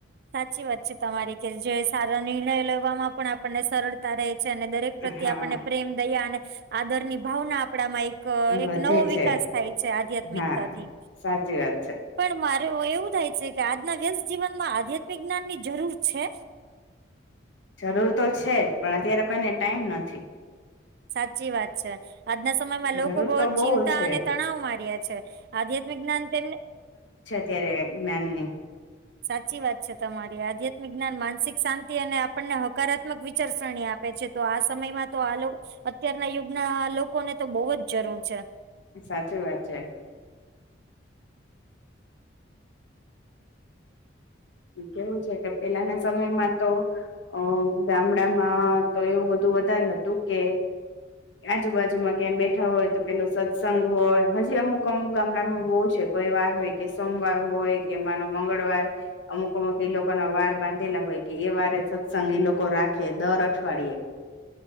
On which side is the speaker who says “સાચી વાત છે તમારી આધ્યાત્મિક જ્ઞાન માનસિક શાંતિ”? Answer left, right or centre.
Right